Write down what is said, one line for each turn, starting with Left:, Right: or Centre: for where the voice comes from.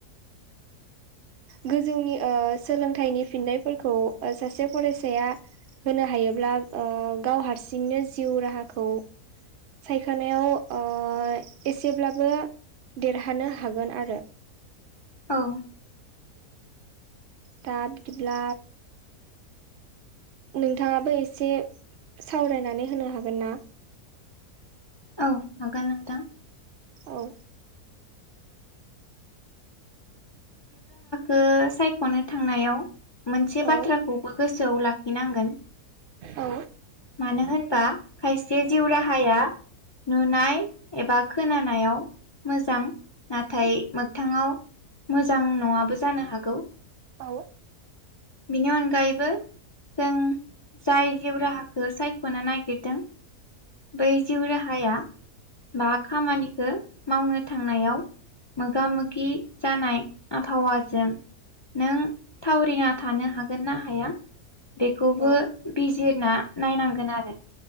Left: <inaudible>
Right: गोजौनि अ सोलोंथाइनि फिननायफोरखौ अ सासे फरायसाया होनो हायोब्ला अ गाव हारसिंनो जिउ राहाखौ सायखानायाव अ एसेब्लाबो देरहानो हागोन आरो।
Left: औ
Right: दा बिदिब्ला नोंथाङाबो एसे सावरायनानै होनो हागोन ना?
Left: औ हागोन नोंथां।
Right: औ
Left: ओ सायख'नो थांनायाव मोनसे बाथ्राखौबो
Right: औ
Left: गोसोआव लाखिनांगोन।
Right: औ
Left: मानो होनबा खायसे जिउ राहाया नुनाय एबा खोनानायाव मोजां नाथाय मोगथाङाव मोजां नङाबो जानो हागौ।
Right: औ
Left: बिनि अनगायैबो जों जाय जिउ राहाखौ सायख'नो नागिरदों बै जिउ राहाया बा खामानिखौ मावनो थांनायाव मोगा मोगि जानाय आबहावाजों नों थावरिना थानो हागोन ना हाया बेखौबो
Right: औ
Left: बि- जिरना नायनांगोन आरो